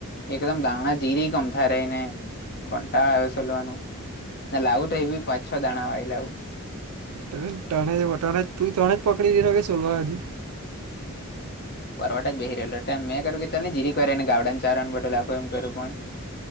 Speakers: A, on the left (about 45°); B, on the right (about 90°).
A: એકદમ દાણા જીરી ગમતા રહીને કંટાળ આવે સોલવાનું. ના લાઉ તો એવી પાચ છ દાણા વાળી લાવું.
B: તણે જ ત તું ત્રણે જ પકડી દીધો કે સોલવા હજુ.
A: પરવાટ જ બ બે રહેલોમ મે કર્યું કે ચાલ ને જીરી કરેને ગાડાને ચારણ <unintelligible> એમ કર્યું પણ